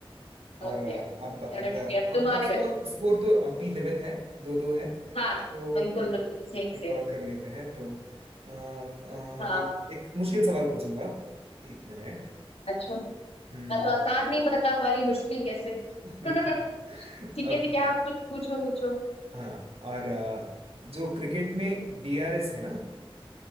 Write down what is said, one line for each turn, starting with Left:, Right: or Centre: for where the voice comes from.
Right: और
Left: ओके
Right: अ, अब
Left: चलो
Right: अब अब
Left: ठीक है अब तुम्हारी
Right: अब स्कोर
Left: बारी
Right: स्कोर तो अब भी लेवल है दो दो है
Left: हाँ
Right: तो
Left: बिल्कुल
Right: एक
Left: बिल्कुल सेम
Right: एक
Left: सेम
Right: और कर लेते हैं तो अ, अ,
Left: हाँ
Right: एक एक मुश्किल सवाल पूछूंगा अब। एक मिनट
Left: अच्छा मैं
Right: हम्म
Left: तो आसान नहीं बता पा रही मुश्किल कैसे
Right: <laughs>
Left: <laughs> ठीक
Right: अब
Left: है ठीक है आप कुछ पूछो पूछो
Right: हाँ और अ, जो क्रिकेट में डीआरएस है ना